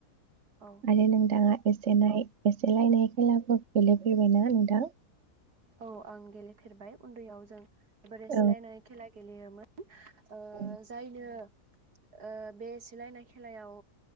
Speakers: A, on the right; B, on the right.
A: औ
B: आरो नोंथाङा एसेनाय एसेलायनाय खेलाफोर गेलेफेरबायना नोंथां?
A: औ आं गेलेफेरबाय उन्दैयाव जों बोरैसोलायनाय
B: औ
A: खेला गे गेलेयोमोन। ओ
B: औ
A: जायनो ओ बे सिलायनाय खेलायाव